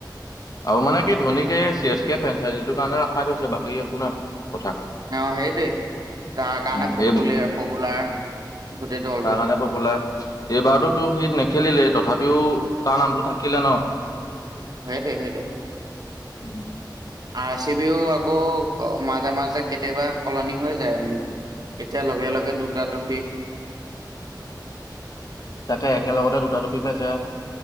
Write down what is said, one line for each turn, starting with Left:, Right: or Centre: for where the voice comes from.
Left: আৰু মানে কি ধোনীকে চি এছ কে ফ্ৰেনচাইজি কাৰণে আখাই থৈছে বাকী একো নাই কথা।
Right: অ', সেইটোৱে তাৰ কাৰণে
Left: উম
Right: প
Left: এই
Right: পপুলাৰ গোটেই দলটো
Left: তাৰ কাৰণে পপুলাৰ। এইবাৰতো সি নেখেলিলেই তথাপিও তাৰ নামটো থাকিলে ন।
Right: সেইটোয়ে, সেইটোয়ে।
Left: উম।
Right: আৰ চি বিও আকৌ মাজে মাজে কেতিয়াবা সলনি হৈ যায় উম। এতিয়া লগে, লগে দুটা ট্ৰফি।
Left: তাতে একেলগতে দুটা ট্ৰপি পাইছে।